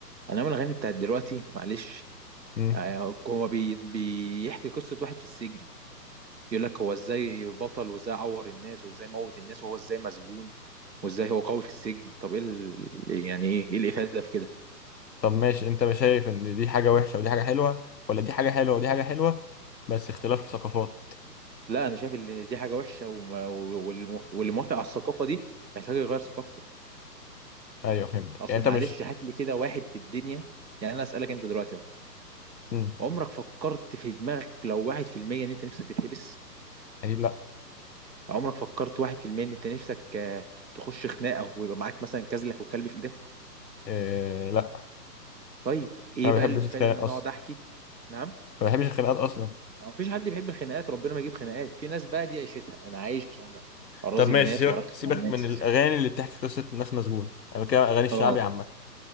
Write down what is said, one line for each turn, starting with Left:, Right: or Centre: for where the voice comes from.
Right: انما الاغاني بتاعت دلوقتي معلش
Left: مم.
Right: آه، هو بي... بيحكي قصه واحد في السجن يقول لك هو ازاي بطل وازاي عور الناس وازاي موت الناس وهو ازاي مسجون وازاي هو قوي في السجن طب ايه ال... يعني ايه ايه الافاده في كده
Left: طب ماشي انت مش شايف ان دي حاجه وحشه ودي حاجه حلوه ولا دي حاجه حلوه ودي حاجه حلوه بس اختلاف ثقافات
Right: لا انا شايف ان دي حاجه وحشه وما... والمخ... واللي موافق على الثقافه دي محتاج يغير ثقافته
Left: ايوه فهمت
Right: اصل
Left: يعني انت
Right: معلش
Left: مش
Right: هات لي كده واحد في الدنيا يعني انا اسالك انت دلوقتي اهو
Left: مم.
Right: عمرك فكرت في دماغك لو واحد في المية ان انت نفسك تتحبس
Left: اكيد لا
Right: عمرك فكرت واحد في المية ان انت نفسك آه، تخش خناقه ويبقى معاك مثلا كازلك وكلب في ايدك
Left: إيه لا
Right: طيب ايه
Left: انا ما
Right: بقى
Left: بحبش
Right: الافاده
Left: اتخانق
Right: ان انا
Left: اصلا
Right: اقعد احكي نعم
Left: ما بحبش الخناقات اصلا
Right: ما فيش حد بيحب الخناقات ربنا ما يجيب خناقات في ناس بقى دي عيشتها انا عايش عشان اراضي
Left: طب ماشي
Right: الناس
Left: سيبك
Right: وارخم
Left: سيبك
Right: على الناس
Left: من الاغاني اللي بتحكي قصه ناس مسجونه انا بتكلم عن اغاني الشعبي
Right: اه
Left: عامه